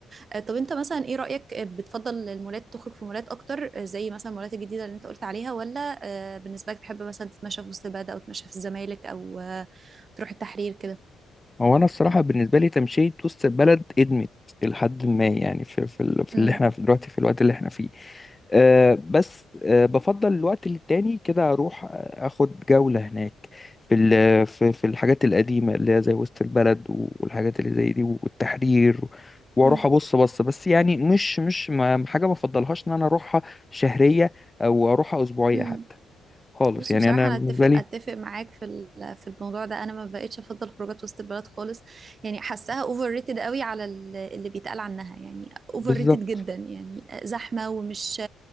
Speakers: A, on the right (about 40°); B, on the left (about 20°).
A: آه، طب انت مثلا ايه رأيك آه، بتفضل المولات تخرج في مولات اكتر آه، زي مثلا المولات الجديدة اللي انت قلت عليها ولا آه، بالنسبة لك تحب مثلا تتمشى في وسط البلد او تتمشى في الزمالك او آه، تروح التحرير كده
B: هو انا الصراحه بالنسبه لي تمشيه وسط البلد ادمت لحد ما يعني في في, ال- في
A: امم
B: اللي احنا في دلوقتي في الوقت اللي احنا فيه أه بس أه بفضل الوقت للتاني كده اروح آه، اخد جوله هناك في ال- في في الحاجات القديمه اللي هي زي وسط البلد والحاجات اللي زي دي والتحرير واروح
A: امم
B: ابص بص بس يعني مش مش ما حاجه ما افضلهاش ان انا اروحها شهريه او اروحها اسبوعيه
A: امم
B: حتى خالص
A: بص
B: يعني
A: بصراحة
B: انا
A: أنا
B: بالنسبه
A: أتفق
B: لي
A: أتفق معاك في ال- في الموضوع ده أنا ما بقتش أفضل خروجات وسط البلد خالص يعني حاساها أوفر ريتد قوي على ال- اللي بيتقال عنها يعني أوفر
B: بالظبط
A: ريتد جدا يعني زحمة ومش